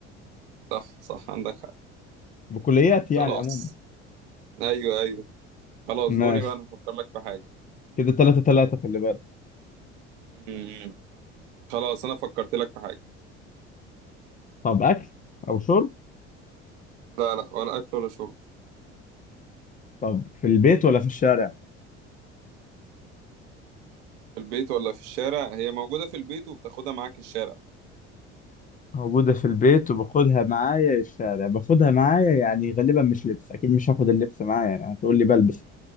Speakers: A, on the right; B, on the left.
A: صح صح عندك حق
B: بكليات يعني
A: خلاص
B: عموما
A: أيوه أيوه خلاص دوري
B: ماشي
A: بقى أنا هفكر لك في حاجة
B: كده تلاتة تلاتة خلي بالك
A: مم. خلاص أنا فكرت لك في حاجة
B: طب أكل أو شرب
A: لا لا ولا أكل ولا شرب
B: طب في البيت ولا في الشارع
A: في البيت ولا في الشارع هي موجودة في البيت وبتاخدها معاك الشارع
B: موجودة في البيت وباخدها معايا الشارع باخدها معايا يعني غالبا مش لبس أكيد مش هاخد اللبس معايا يعني هتقول لي بلبس